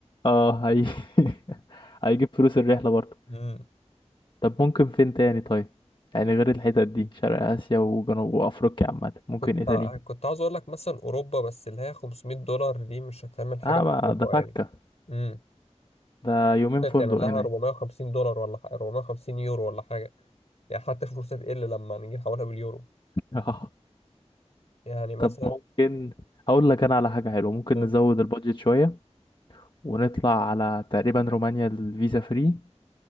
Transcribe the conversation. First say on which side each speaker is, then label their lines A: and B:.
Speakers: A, on the left; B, on the left.
A: اه هي <laughs> هيجيب فلوس الرحلة برضه
B: مم.
A: طب ممكن فين تاني طيب يعني غير الحتت دي شرق آسيا وجنوب وأفريقيا عامة ممكن
B: كنت
A: ايه تاني
B: كنت عاوز اقول لك مثلا اوروبا بس اللي هي 500 دولار دي مش هتعمل حاجه
A: اه
B: في
A: ما
B: اوروبا
A: ده فكة
B: يعني امم
A: ده يومين
B: ممكن
A: فندق
B: تعمل
A: هناك
B: لها 450 دولار ولا حاجة 450 يورو ولا حاجه يعني حتى فلوسها تقل لما نيجي نحولها باليورو
A: <laughs> اه
B: يعني مثلا
A: طب ممكن هقول لك انا على حاجة حلوة ممكن
B: قول
A: نزود البادجت شوية ونطلع على تقريبا رومانيا الفيزا فري